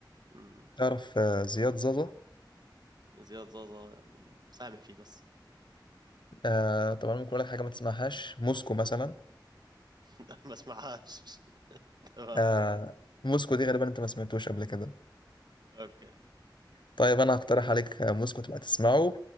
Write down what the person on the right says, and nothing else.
امم
زياد زازا يعني سامع فيه بس
<laughs> ما اسمعهاش تمام
اوكي